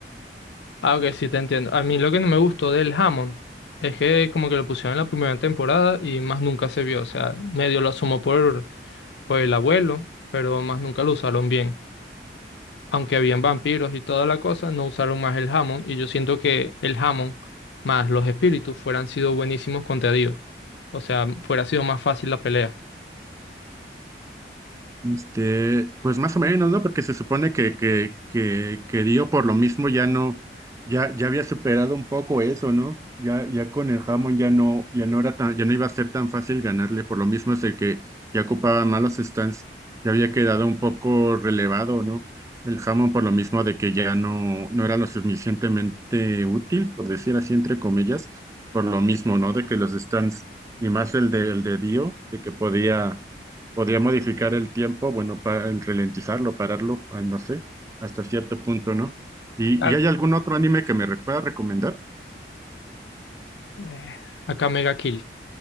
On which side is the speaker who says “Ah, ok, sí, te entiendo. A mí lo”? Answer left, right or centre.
Left